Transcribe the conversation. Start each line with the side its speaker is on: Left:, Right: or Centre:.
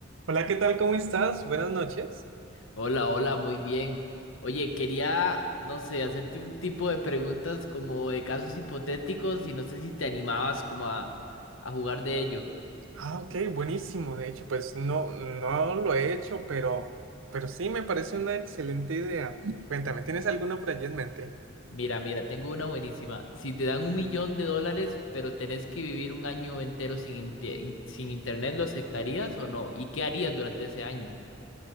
Right: Hola, ¿qué tal? ¿Cómo estás? Buenas noches.
Left: Hola, hola, muy bien. Oye, quería, no sé, hacerte un tipo de preguntas como de casos hipotéticos y no sé si te animabas como a, a jugar de ello.
Right: Ah, ok, buenísimo. De hecho, pues no, no lo he hecho, pero, pero sí me parece una excelente idea. Cuéntame, ¿tienes alguno por allí en mente?
Left: Mira, mira, tengo una buenísima. Si te dan un millón de dólares, pero tenés que vivir un año entero sin, inte- in- sin internet, ¿lo aceptarías o no? ¿Y qué harías durante ese año?